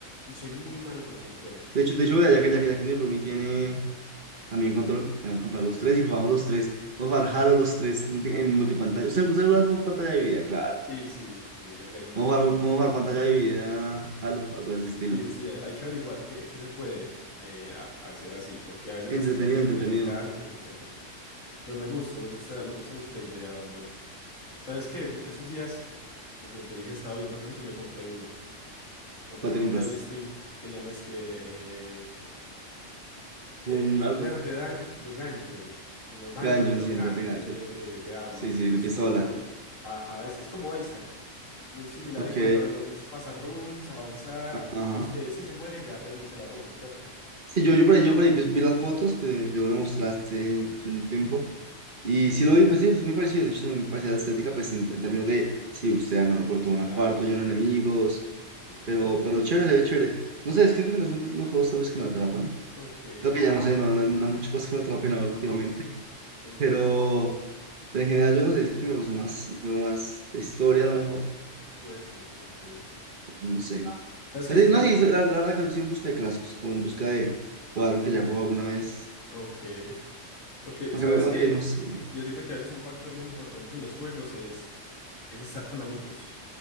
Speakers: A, on the left; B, on the right.
A: y soy muy malo con control.
B: De hecho, de hecho, vea, ya que, ya que, ya que mi roomie tiene también control, podemos comprar los tres y jugamos los tres. Vamos a jugar Halo los tres multi-
A: Ajá.
B: en multipantalla. ¿Usted, usted alguna vez jugó pantalla dividida? Claro.
A: Sí, sí, llegué a jugar en pantalla
B: Vamos a jugar,
A: de video.
B: podemos jugar pantalla dividida, Halo, algo de ese estilo.
A: Sí, sí, hay, hay que averiguar qué, qué se puede eh, a- hacer así, porque a veces
B: Entretenido,
A: Steam tiene
B: entretenido.
A: como limitantes, etcétera. Pero me gusta, me gusta, me gusta mucho la idea, hombre. ¿Sabes qué? Esos días que, como te dije, estaba viendo jueguitos, me compré uno. Compré
B: ¿Cuál
A: un
B: te
A: jueguito
B: compraste?
A: ahí en Steam que llama es que eh, eh,
B: Un algo.
A: Enter de Dan de Gungeon. Como Dungeon,
B: Ganjon,
A: pero
B: sí,
A: Gun
B: de Ganjon.
A: de, de, de armas.
B: Sí,
A: Y
B: sí,
A: es, es
B: de pistola.
A: súper bueno. Ajá, es, es como Isaac. Muy similar
B: Ok.
A: en cuanto a lo que es pasar runes, avanzar.
B: Ajá.
A: Y usted, si se muere, ya reinicia la run, ¿cierto?
B: Sí, yo, yo por ahí, yo por ahí vi vi las fotos que, que vos me mostraste hace un
A: Sí.
B: tiempo. Y sí lo
A: Sí.
B: vi, pues sí, pues muy parecido. De hecho, me parece la estética, pues en, en términos de, sí, usted andando por
A: Pixel
B: todo un cuarto,
A: art.
B: lleno de enemigos,
A: Ujú.
B: pero, pero chévere, se ve chévere. No sé, siento que no son los juegos tal vez que me atrapan.
A: Ok,
B: Creo que ya no sé, no, no, no hay muchas cosas que me atrapen ahora últimamente. <laughs>
A: ok.
B: Pero, pero en general yo no sé, siento que me gusta más, un juego más de historia a lo mejor,
A: Puede ser, ok.
B: no sé.
A: ¿Sabes qué?
B: Así,
A: Es que
B: no,
A: también.
B: sí, la, la verdad creo que sí en busca de clásicos, como en busca de jugar lo que ya jugado alguna vez.
A: Ok. Porque,
B: Aunque,
A: ¿sabes
B: me- aunque
A: que
B: no sé.
A: Yo siento que a veces un factor muy importante en los juegos es es estar con amigos.